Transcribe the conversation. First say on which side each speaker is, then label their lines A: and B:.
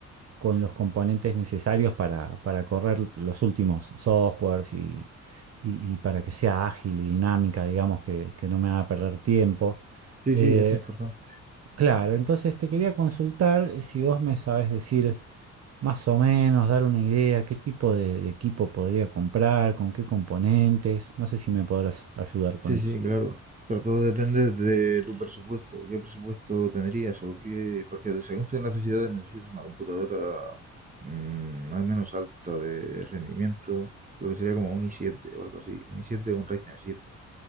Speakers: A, on the right (about 55°); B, on the right (about 25°).
A: con los componentes necesarios para, para correr los últimos softwares y, y- y para que sea ágil y dinámica, digamos, que, que no me haga perder tiempo.
B: Sí,
A: Eh,
B: sí, es importante.
A: claro, entonces te quería consultar si vos me sabes decir más o menos, dar una idea, qué tipo de, de equipo podría comprar, con qué componentes. No sé si me podrás ayudar
B: Sí,
A: con eso.
B: sí, claro. Pero todo depende de tu presupuesto. ¿Qué presupuesto tendrías o qué? Porque según tus necesidades necesitas una computadora mm, más o menos alta de rendimiento, lo que sería como un i siete o algo así. Un i siete o un Ryzen siete